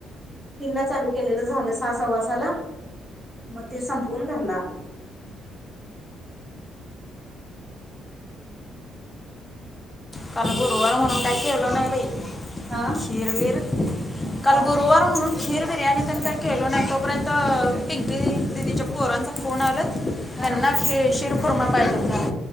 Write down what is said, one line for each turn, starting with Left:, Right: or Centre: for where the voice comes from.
Centre: तीनला चालू केलेलं झालं सा सव्वा साला म ते संपवून घरला आलो.
Left: काल गुरुवार म्हणून काय केलो नाही बाई.
Centre: हा
Left: खीर बीर काल
Centre: हा
Left: गुरुवार म्हणून खीर बिर्याणी तेन काय केलो नाही. तोपर्यंत पिंकी दिदीच्या पोरांचा फोन आलत.
Centre: हा
Left: त्यांना ते शिर खुर्मा पाहिजे होता.